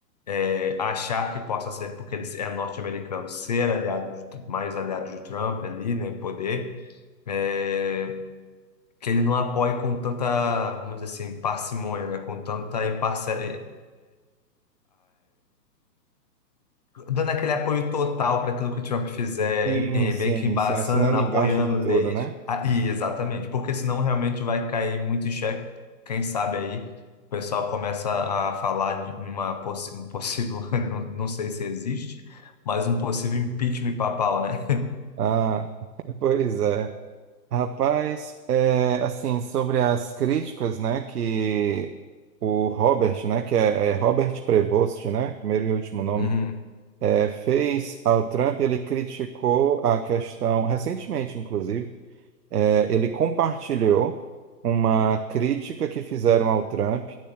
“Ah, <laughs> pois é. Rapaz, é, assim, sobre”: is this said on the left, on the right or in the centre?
Right